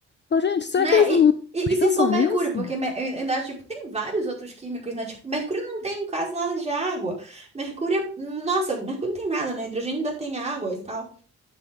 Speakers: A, on the left; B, on the right.
A: Ô, gente, será
B: né?
A: que eles não
B: E, e,
A: pensam
B: e se for Mercúrio,
A: nisso?
B: porque me- eu ainda tipo, tem vários outros químicos, né? Tipo, Mercúrio não tem quase nada de água. Mercúrio é, nossa, Mercúrio não tem nada, né? Hidrogênio ainda tem água e tal.